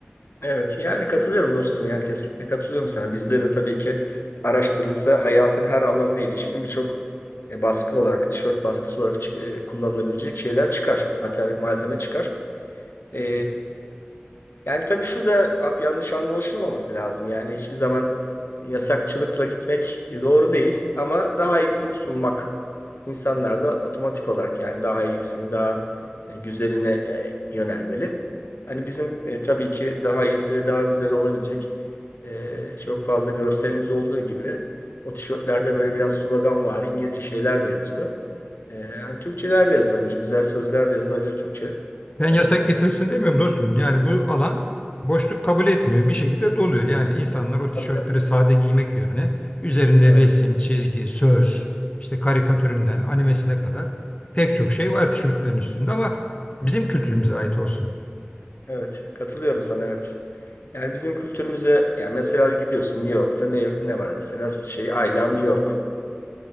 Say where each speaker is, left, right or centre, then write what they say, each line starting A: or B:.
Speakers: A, on the left (about 70°); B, on the left (about 35°).
A: Evet. Yani katılıyorum dostum. Yani kesinlikle katılıyorum sana. Bizde de tabii ki araştırılsa hayatın her alanına ilişkin birçok e, baskı olarak, tişört baskısı olarak çık- e, kullanılabilecek şeyler çıkar. Mater malzeme çıkar. Ee, yani tabii şu da yanlış anlaşılmaması lazım. Yani hiçbir zaman yasakçılıkla gitmek doğru değil ama daha iyisini sunmak insanlar da otomatik olarak yani daha iyisini, daha e, güzeline e, yönelmeli. Hani bizim e, tabii ki daha iyisi ve daha güzel olabilecek e, çok fazla görselimiz olduğu gibi o tişörtlerde böyle biraz slogan var, İngilizce şeyler de yazıyor. E, yani Türkçeler de yazılabilir, güzel sözler de yazılabilir Türkçe.
B: Ben yasak
A: E,
B: getirilsin demiyorum dostum. Yani bu alan boşluk kabul etmiyor. Bir şekilde doluyor. Yani insanlar o tişörtleri
A: Tabii tabii.
B: sade giymek yerine üzerinde
A: Evet.
B: resim, çizgi, söz, işte karikatüründen animesine kadar pek çok şey var tişörtlerin üstünde ama bizim kültürümüze ait olsun.
A: Evet. Katılıyorum sana evet. Yani bizim kültürümüze yani mesela gidiyorsun New York'ta ne, ne var mesela şey I love New York.